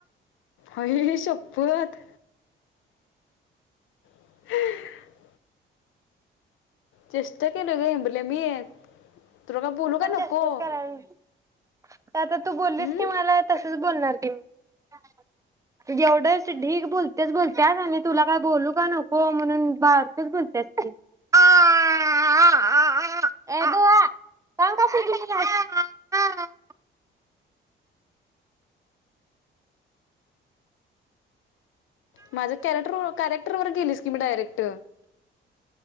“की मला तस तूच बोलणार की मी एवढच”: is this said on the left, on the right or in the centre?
Right